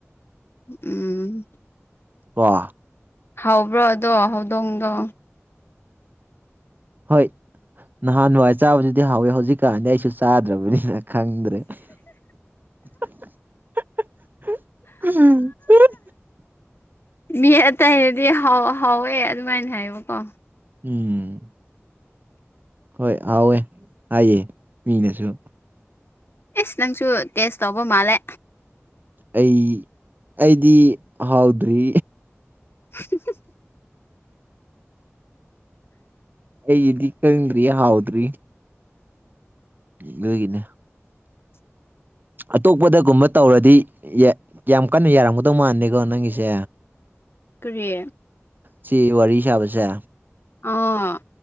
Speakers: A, on the left (about 55°); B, on the right (about 40°).
A: ꯎꯝ
B: ꯋꯥ
A: ꯍꯧꯕ꯭ꯔꯣꯗꯣ ꯍꯧꯗꯣꯡꯗꯣ
B: ꯍꯣꯏ ꯅꯍꯥꯟ ꯋꯥꯏ ꯆꯥꯕꯗꯨꯗꯤ ꯍꯥꯎꯋꯦ ꯍꯧꯖꯤꯛ ꯀꯥꯟꯗꯤ ꯑꯩꯁꯨ ꯆꯥꯗ꯭ꯔꯕꯅꯤꯅ ꯈꯪꯪꯗ꯭ꯔꯦ <unintelligible> ꯑꯝ ꯛꯝ ꯑꯍꯝ
A: ꯃꯤ ꯑꯇꯩꯅꯗꯤ ꯍꯥꯎ ꯍꯥꯎꯋꯦ ꯑꯗꯨꯃꯥꯏꯅ ꯍꯥꯏꯌꯦꯕꯀꯣ
B: ꯎꯝ ꯍꯣꯏ ꯍꯥꯎꯋꯦ ꯍꯥꯏꯌꯦ ꯃꯤꯅꯁꯨ
A: ꯏꯁ ꯅꯪꯁꯨ ꯇꯦꯁ ꯇꯧꯕ ꯃꯥꯜꯂꯦ
B: ꯑꯩ ꯑꯩꯗꯤ ꯍꯥꯎꯗ꯭ꯔꯤ
A: <unintelligible>
B: ꯑꯩ ꯑꯩꯗꯤ ꯈꯪꯗꯔꯤ ꯍꯥꯎꯗ꯭ꯔꯤ ꯗꯨꯏꯅꯦ
A: <unintelligible>
B: ꯑꯇꯣꯞꯄꯗꯒꯨꯝꯕ ꯇꯧꯔꯗꯤ ꯌꯥ ꯌꯥꯝ ꯀꯟꯅ ꯌꯥꯔꯝꯒꯗꯧ ꯃꯥꯟꯗ‌ꯦꯀꯣ ꯅꯪꯒꯤꯁꯦ
A: ꯀꯔꯤ
B: ꯁꯤ ꯋꯥꯔꯤ ꯁꯥꯕꯁꯦ
A: ꯑꯥ